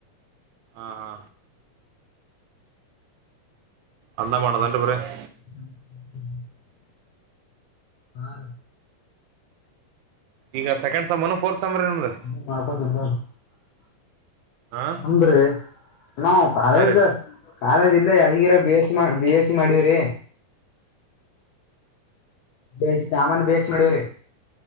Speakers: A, on the right (about 85°); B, on the left (about 80°).
A: ಹಾ ಹಾ ಅಂದ ಮಾಡದ <unintelligible>
B: <inaudible> ಆರು
A: ಈಗ ಸೆಕೆಂಡ್ ಸೆಮ್ ಫೋರ್ತ್ ಸಮ್ಮರಿ ನಿಮ್ದು
B: <unintelligible>
A: ಹಾ
B: ನಮ್ಧರಿ ನಾವ್ college
A: ಹಾ ರೀ
B: college Yadgir B S B S C ಮಾಡವ್ರಿ ಬೇಸ ತಾಮನ್ ಬಿ ಎಸ್ ಸಿ ಮಾಡವ್ರೀ